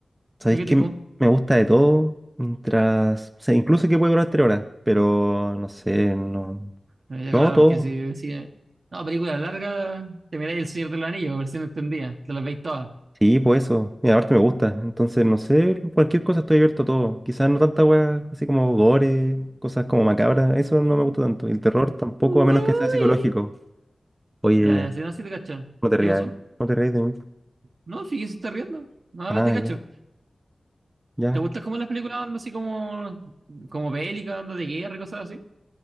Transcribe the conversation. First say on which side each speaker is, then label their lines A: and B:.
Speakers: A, on the right; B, on the right.
A: Sabéis
B: ¿De qué tipo?
A: que m- me gusta de todo, mientras, o sea, incluso que puede durar tres horas, pero no sé, no,
B: Eh, ya,
A: no,
B: claro,
A: todo,
B: porque si, si no, película larga, te miráis El Señor del Anillo, versión extendida, te las veis todas.
A: Sí, pues eso. Mira, aparte me gusta. Entonces, no sé, cualquier cosa estoy abierto a todo. Quizás no tanta weá, así como gore, cosas como macabras. Eso no me gusta tanto. Y el terror tampoco,
B: Uy.
A: a menos que sea psicológico. Oye,
B: Ya, ya, si no, si te cachas.
A: no te
B: ¿Qué
A: rías.
B: pasó?
A: No te rías de mí.
B: No, sí, se está riendo. No,
A: Ah,
B: pero te cacho.
A: ya, ya.
B: ¿Te gustan como las películas onda así como, como bélicas, onda de guerra y cosas así?